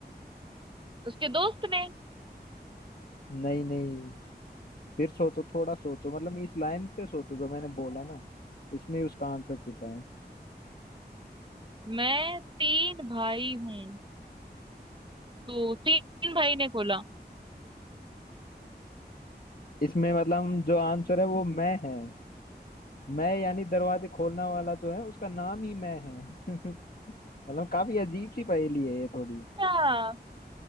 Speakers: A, on the right; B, on the left.
A: उसके दोस्त ने
B: नहीं नहीं फिर सोचो थोड़ा सोचो मतलब इस लाइन पे सोचो जो मैंने बोला ना इसमें ही उसका आंसर छिपा है
A: मैं तीन भाई हूँ तो तीन भाई ने खोला
B: इसमें मतलब जो आंसर है वो मैं है मैं यानी दरवाजे खोलने वाला जो है उसका नाम ही मैं है <laughs> मतलब काफी अजीब सी पहेली है ये थोड़ी
A: अच्छा